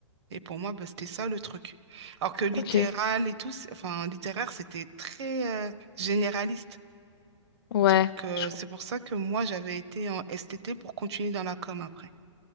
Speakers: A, on the right (about 60°); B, on the left (about 50°).
A: Et pour moi, bah, c'était ça le truc. Alors que littéral
B: Ok,
A: et tout, c'est- enfin, littéraire, c'était très euh, généraliste.
B: ouais,
A: Donc, euh,
B: je
A: c'est pour ça que moi, j'avais été en STT pour continuer dans la com après.